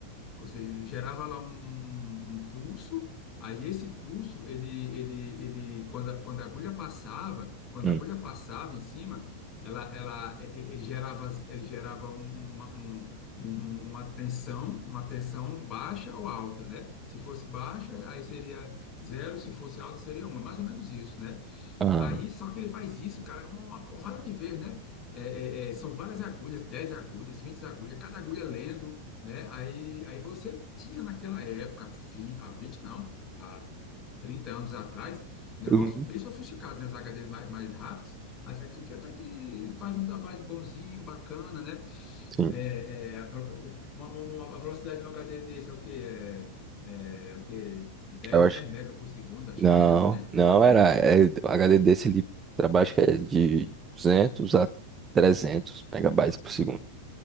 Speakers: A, on the left; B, on the right.
A: você gerava lá um, um- um pulso, aí esse pulso, ele, ele, ele, quando a, quando a agulha passava, quando
B: Hum.
A: a agulha passava em cima, ela, ela, ele, ele gerava, ele gerava um- uma, um- um- um, uma tensão, uma tensão baixa ou alta, né? Se fosse baixa, aí seria zero, se fosse alta, seria um. É mais ou menos isso, né?
B: Ah,
A: Aí, só que ele faz isso, cara, uma, uma porrada de vez, né? É, é, é, são várias agulhas, 10 agulhas, 20 agulhas, cada agulha lendo, né? Aí, aí você tinha naquela época, vim- há 20 não, há 30 anos atrás, um negócio
B: hum,
A: bem sofisticado, né? Os HDs mais, mais rápidos, até que, que- até que faz um trabalho bonzinho, bacana, né?
B: sim.
A: É, é, a velo- uma, uma- uma- a velocidade de um HD desse é o quê? É, é o quê? dez
B: Eu acho.
A: dez mega por segundo, acho
B: Não,
A: que menos, né? Nem
B: não
A: me lembro.
B: era. É, o HD desse ele trabalha, acho que é de 200 a 300 megabytes por segundo.